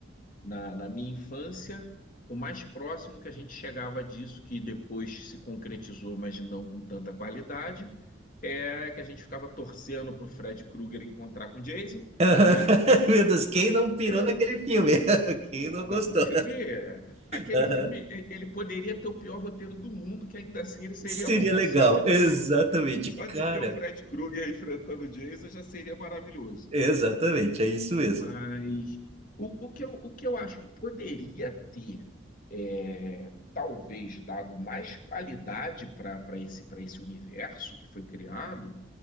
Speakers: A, on the left (about 45°); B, on the right (about 30°).
A: na, na minha infância, o mais próximo que a gente chegava disso, que depois se concretizou, mas não com tanta qualidade, é que a gente ficava torcendo para o Fred Krueger encontrar com o Jason,
B: <laughs>
A: né?
B: Meu Deus, quem não pirou
A: É,
B: naquele filme? <laughs> Quem
A: O-
B: não gostou?
A: Não, o filme, é- aquele
B: Aham.
A: filme, e- ele poderia ter o pior roteiro do mundo, que ainda assim ele seria
B: Seria
A: bom.
B: legal.
A: Só de ter
B: Exatamente,
A: o, <laughs> só
B: cara.
A: de ter o Fred Krueger enfrentando o Jason já seria maravilhoso.
B: Exatamente,
A: né?
B: é isso mesmo.
A: Mas o, o que eu, o que eu acho que poderia ter, é, talvez, dado mais qualidade para esse, para esse universo que foi criado,